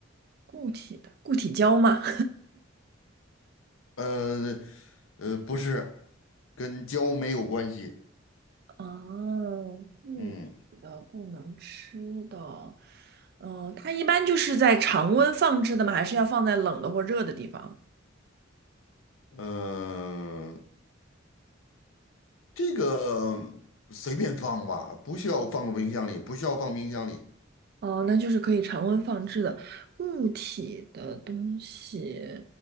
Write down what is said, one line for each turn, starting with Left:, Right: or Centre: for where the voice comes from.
Right: 固体的，固体胶吗？
Left: 呃呃，不是，跟胶没有关系。
Right: <laughs> 哦，固体的不能吃的，
Left: 嗯
Right: 嗯，它一般就是在常温放置的吗？还是要放在冷的或热的地方？
Left: 嗯、呃，这个随便放吧，不需要放冰箱里，不需要放冰箱里。
Right: 哦，那就是可以常温放置的固体的东西，